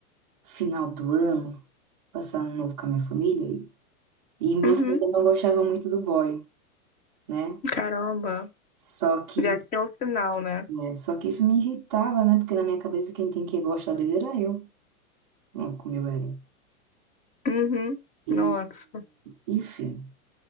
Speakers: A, on the right; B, on the left.
A: final do ano passar ano novo com a minha família e e minha
B: Uhum.
A: família não gostava muito do boy, né?
B: Caramba.
A: Só que,
B: Já tinha o sinal, né?
A: né? Só que isso me irritava, né? Porque na minha cabeça quem tem que gostar dele era eu, não como eu era.
B: Uhum.
A: E,
B: Nossa.
A: enfim.